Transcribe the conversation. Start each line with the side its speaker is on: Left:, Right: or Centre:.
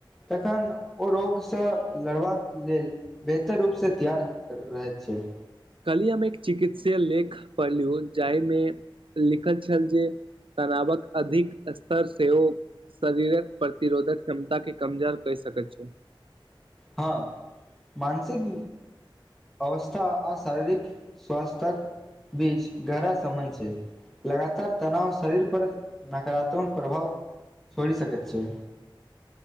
Centre: तखन ओ रोगसँ लड़बाक लेल बेहतर रूपसँ तियार रहैत छै
Right: कल्हि हम एक चिकित्सीय लेख पढ़लुं हन जाहिमे लिखल छल जे तनावक अधिक स्तर सेहो शरीरक प्रतिरोधक कमता के कमजोर कहि सकै छै
Centre: हँ मानसिक अवस्था आ शारीरिक स्वस्थक बीच गहरा संबध छै लगातार तनाव शरीर पर नकारात्मक प्रभाव छोड़ी सकैत छै